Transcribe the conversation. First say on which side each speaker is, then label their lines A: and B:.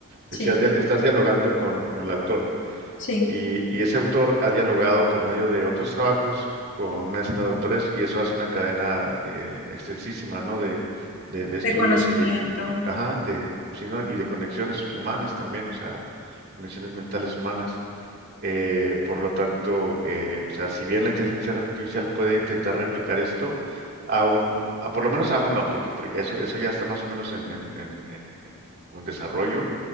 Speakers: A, on the left; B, on the right.
A: Sí,
B: estás, dia- estás dialogando con, con el autor
A: sí,
B: y, y ese autor ha dialogado por medio de otros trabajos con una escena de autores y eso hace una cadena eh, extensísima, ¿no? De, de, de estudios
A: reconocimiento.
B: y de, y- y- ajá, de, sí, ¿no? Y de conexiones humanas también, o sea, conexiones mentales humanas. Eh, por lo tanto, eh, o sea, si bien la inteligencia artificial puede intentar replicar esto, aún, a- por lo menos aún no, porque, porque eso, eso ya está más o menos en, en, en, en- en- como en desarrollo,